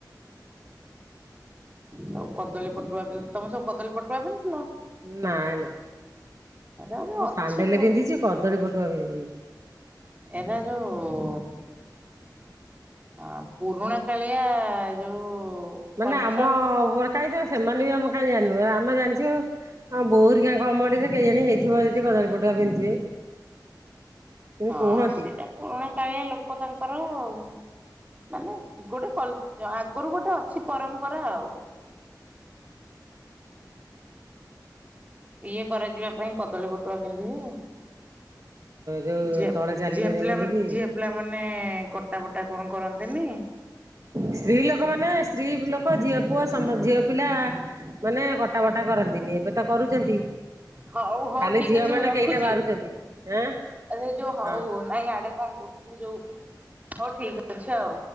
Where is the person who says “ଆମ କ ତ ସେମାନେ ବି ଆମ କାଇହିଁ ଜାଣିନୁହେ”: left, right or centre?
Right